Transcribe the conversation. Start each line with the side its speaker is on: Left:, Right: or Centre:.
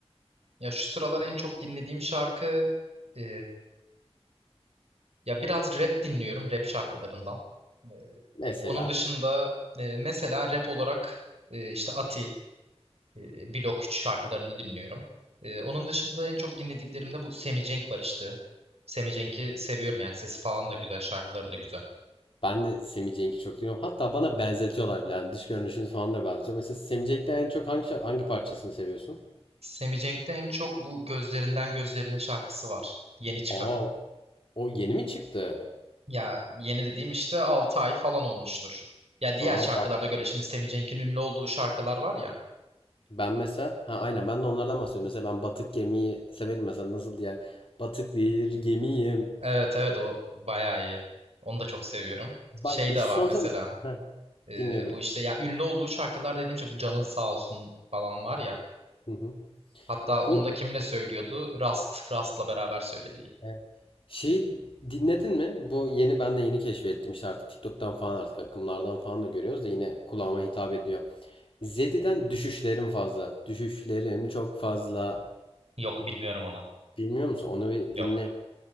Right: Ya şu sıralar en çok dinlediğim şarkı e, ya biraz rap dinliyorum rap şarkılarından. E,
Left: Mesela
Right: onun dışında e, mesela rap olarak e, işte Ati E, Blok 3 şarkılarını dinliyorum. E, onun dışında en çok dinlediklerimde bu Semi Cenk var işte. Semi Cenk'i seviyorum yani sesi falan da güzel, şarkıları da güzel.
Left: ben de Semih Cenk'i çok dinliyorum. Hatta bana benzetiyorlar bile. Yani dış görünüşümüz falan da benziyor. Mesela Semih Cenk'te en çok hangi şa- hangi parçasını seviyorsun?
Right: Semi Cenk'te en çok bu Gözlerinden Gözlerine şarkısı var. Yeni çıkan.
Left: Aa, o yeni mi çıktı?
Right: Ya yeni dediğim işte 6 ay falan olmuştur. Ya diğer
Left: Aa
Right: şarkılarına
Left: bak
Right: göre şimdi Semi Cenk'in ünlü olduğu şarkılar var ya.
Left: ben mesela ha aynen ben de onlardan bahsediyorum. Mesela ben batık gemiyi severim mesela nasıl diye. Batık bir gemiyim.
Right: Evet evet o bayağı iyi. Onu da çok seviyorum.
Left: Bak
Right: Şey de
Left: şu
Right: var
Left: son
Right: mesela.
Left: zaman ha,
Right: e,
Left: dinliyorum.
Right: bu işte ya ünlü olduğu şarkılar dediğimce bu Canın Sağ Olsun falan var ya.
Left: Hı hı.
Right: Hatta onu
Left: Bu
Right: da kimle söylüyordu? Rast, Rast'la beraber söylediği.
Left: Evet. Şeyi dinledin mi? Bu yeni ben de yeni keşfettim işte artık TikTok'tan falan artık akımlardan falan da görüyoruz da yine kulağıma hitap ediyor. Zedi'den düşüşlerim fazla. Düşüşlerim çok fazla.
Right: Yok bilmiyorum onu.
Left: Bilmiyor musun? Onu bir
Right: Yok.
Left: dinle.